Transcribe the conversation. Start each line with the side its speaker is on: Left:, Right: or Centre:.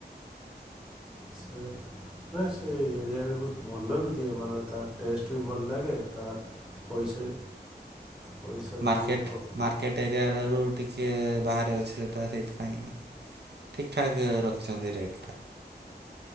Centre: ସେ ନା ସେ ଏରିଆରେ ବହୁତ ଭଲ ବି ଦିଏ ମାନେ ତା ଟେଷ୍ଟ ବି ଭଲ ଲାଗେ ତା <unintelligible> ପଇସା ବି
Right: ମାର୍କେଟ୍
Centre: ବହୁତ କ
Right: ମାର୍କେଟେ <unintelligible> ଟିକେ ବାହାରେ ଅଛି ସେଇଟା ସେଇଥିପାଇଁ ଠିକ ଠାକ ରଖିଛନ୍ତି ରେଟ୍ ଟା